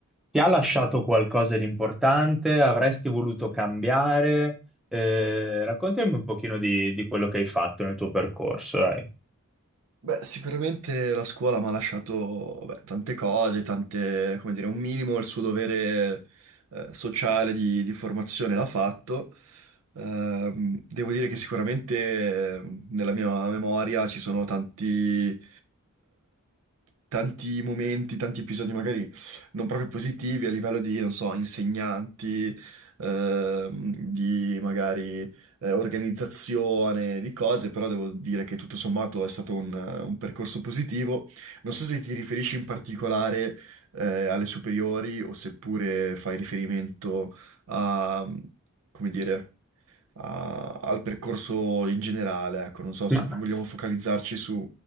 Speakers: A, in the centre; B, on the right.
A: ti ha lasciato qualcosa di importante? Avresti voluto cambiare? Eh, raccontami un pochino di, di quello che hai fatto nel tuo percorso, dai.
B: Beh, sicuramente la scuola mi ha lasciato beh, tante cose, tante, come dire, un minimo il suo dovere eh, sociale di, di formazione l'ha fatto. Ehm, devo dire che sicuramente eh, nella mia memoria ci sono tanti, eh, tanti momenti, tanti episodi magari non proprio positivi a livello di, non so, insegnanti, ehm, di magari eh, organizzazione di cose, però devo dire che tutto sommato è stato un, un percorso positivo. Non so se ti riferisci in particolare eh, alle superiori o seppure fai riferimento a, come dire, a- al percorso in generale, ecco, non so se
A: Ma
B: vogliamo focalizzarci su